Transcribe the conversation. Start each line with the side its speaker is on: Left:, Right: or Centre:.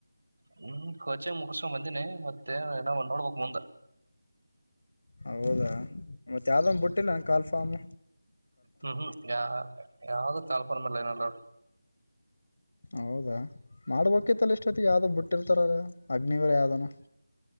Right: ಹ್ಮ್ ಕ್ವಚಿಂಗ್ ಮುಗಸ್ಕೊಂಡ್ ಬಂದಿನಿ ಮತ್ತೆನಾವ ನೋಡ್ಬಕ್ ಮುಂದ
Left: ಹೌದಾ ಮತ್ತ ಯಾವ್ದೊಂದು ಬಿಟ್ಟಿಲ್ಲ ಕಾಲ್ಫಾಮ್
Right: ಹ್ಮ್ ಹ್ಮ್ ಯ ಯಾವ್ದು ಕಾಲ್ಪರ್ಮಲ್ಲ <unintelligible>
Left: ಹೌದಾ ಮಾಡ್ಬೇಕಿತ್ತಲ್ಲ ಇಷ್ಟತಿ ಯಾವ್ದ್ ಬಿಟ್ಟಿರ್ತಾರಲ್ಲ ಅಗ್ನಿವೀರ ಯಾವ್ದನ